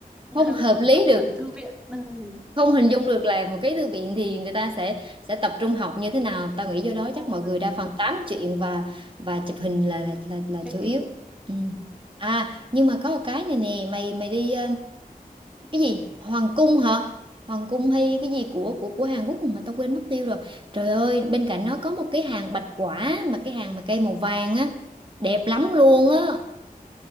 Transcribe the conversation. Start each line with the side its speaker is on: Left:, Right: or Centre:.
Centre: <laughs>
Right: không hợp lý
Centre: không
Right: được,
Centre: thuần thư viện <laughs>
Right: không hình dung được là một cái thư viện thì người ta sẽ sẽ tập trung học như thế nào. Tao nghĩ vô
Centre: đúng
Right: đó
Centre: rồi
Right: chắc mọi người đa phần tám chuyện và và chụp hình là là là, là
Centre: check
Right: chủ
Centre: in
Right: yếu. Ừ.
Centre: ừ.
Right: À, nhưng mà có một cái này nè, mày mày đi cái gì hoàng cung hả hoàng cung hay cái gì của của của Hàn Quốc mà tao quên mất tiêu rồi trời ơi bên cạnh nó có một cái hàng bạch quả mà cái hàng mà cây màu vàng á đẹp lắm
Centre: Ờ.
Right: luôn á